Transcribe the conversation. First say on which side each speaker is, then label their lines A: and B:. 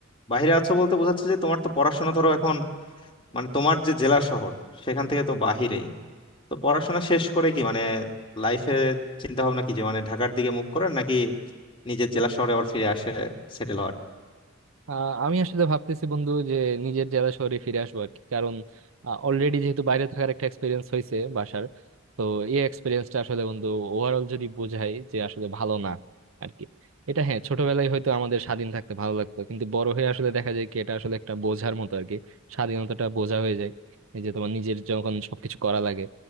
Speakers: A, on the left; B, on the right.
A: বাইরে আছো বলতে বোঝাচ্ছে যে তোমার তো পড়াশোনা ধরো এখন মানে তোমার যে জেলা শহর সেখান থেকে তো বাহিরেই তো পড়াশোনা শেষ করে কি মানে লাইফে চিন্তা ভাবনা কি যে মানে ঢাকার দিকে মুভ করার নাকি নিজের জেলা শহরে আবার ফিরে আসে সেটেল হওয়ার
B: আহ, আমি আসলে ভাবতেছি বন্ধু যে নিজের জেলা শহরে ফিরে আসবো আর কি কারণ অলরেডি যেহেতু বাইরে থাকার একটা এক্সপিরিয়েন্স হয়েছে বাসার তো এই এক্সপিরিয়েন্সটা আসলে বন্ধু ওভারঅল যদি বোঝাই যে আসলে ভালো না আর কি এটা হ্যাঁ ছোটবেলায় হয়তো আমাদের স্বাধীন থাকতে ভালো লাগতো কিন্তু বড় হয়ে আসলে দেখা যায় কি এটা আসলে একটা বোঝার মতো আর কি স্বাধীনতাটা বোঝা হয়ে যায় এই যে তোমার নিজের যখন সবকিছু করা লাগে